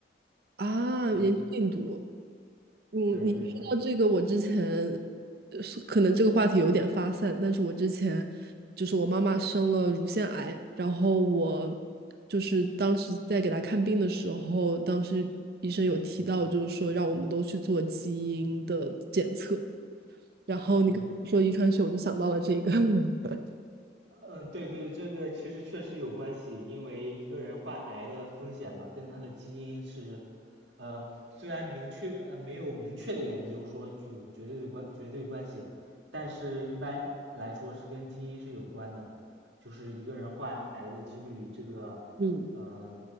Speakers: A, on the right; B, on the right.
A: 啊，
B: 嗯，
A: 研究病毒。嗯，
B: 对对对，
A: 你说到这个，我之前呃是可能这个话题有点发散，但是我之前就是我妈妈生了乳腺癌，然后我就是当时在给她看病的时候，当时医生有提到，就是说让我们都去做基因的检测，然后你跟我说遗传学，
B: 嗯，
A: 我就想到了这个，<laughs>
B: 嗯，对对，这个其实确实有关系，因为一个人患癌的风险嘛，跟他的基因是，呃，虽然明确呃没有明确的研究说具有绝对的关绝对关系，但是一般来说是跟基因是有关的，就是一个人患癌的几率，这个，
A: 嗯
B: 呃，